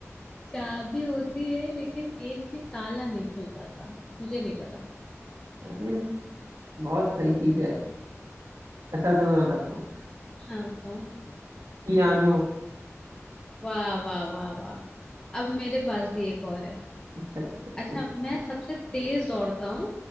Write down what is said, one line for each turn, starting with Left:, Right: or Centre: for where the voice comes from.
Left: चाबी होती है लेकिन एक भी ताला नहीं खुल पाता मुझे नहीं पता
Right: अरे बहुत सही चीज है अच्छा चलो मैं बताता हूँ
Left: हाँ बताओ
Right: पियानो
Left: वाह वाह वाह वाह अब मेरे पास भी एक और है
Right: अच्छा अच्छा सब
Left: अच्छा
Right: कुछ
Left: मैं सबसे तेज दौड़ता हूँ